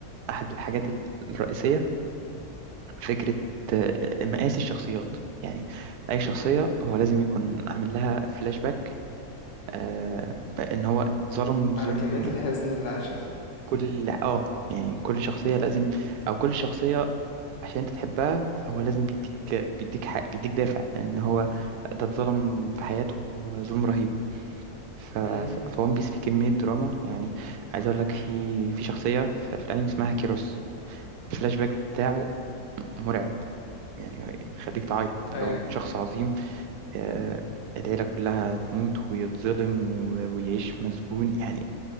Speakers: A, on the right (about 80°); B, on the left (about 85°).
A: احد الحاجات الرئيسية فكرة آه، مقاس الشخصيات يعني اي شخصية هو لازم يكون عامل لها فلاش باك آه ان هو ظلم
B: على
A: ظلم
B: كمية الحزن اللي عاشت
A: كل اه يعني كل شخصية لازم او كل شخصية عشان انت تحبها فهو لازم بيديك بيديك حق بيديك دافع ان هو ده اتظلم في حياته ظلم رهيب ف... ف-
B: امم
A: فون بيس فيه كمية دراما يعني عايز اقول لك في في شخصية في في الانمي اسمها كيروس الفلاش باك بتاعه مرعب يعني بيخليك تعيط اللي
B: ايوه
A: هو من شخص عظيم آه، العيلة كلها تموت ويتظلم و- ويعيش مسجون يعني